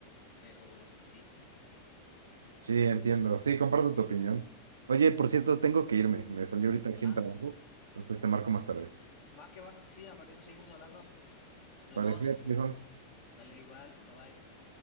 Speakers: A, on the left; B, on the right.
A: pero sí. <laughs>
B: Sí, entiendo. Sí, comparto tu opinión. Oye, por cierto, tengo que irme. Me salió ahorita aquí
A: Ah,
B: en trabajo. Entonces te marco más tarde.
A: va que va, sí, al ratito seguimos hablando. Nos vemos.
B: Vale, cuídate, viejo.
A: Dale igual, bye bye.